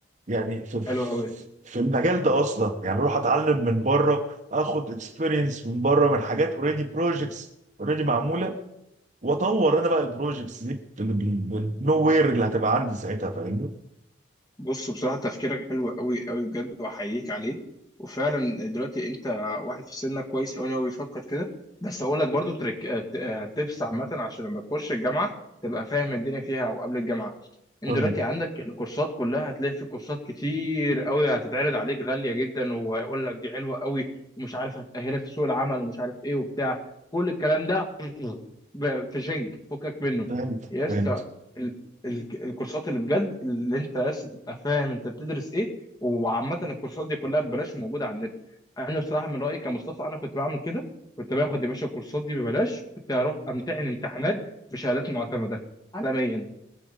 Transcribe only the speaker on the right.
يعني في
في المجال ده اصلا يعني اروح اتعلم من بره اخد اكسبيرينس من بره من حاجات اوريدي بروجكتس اوريدي معموله واطور انا بقى البروجكتس دي بالنو وير اللي هتبقى عندي ساعتها فاهمني؟
قول
لي.
فهمت
فهمت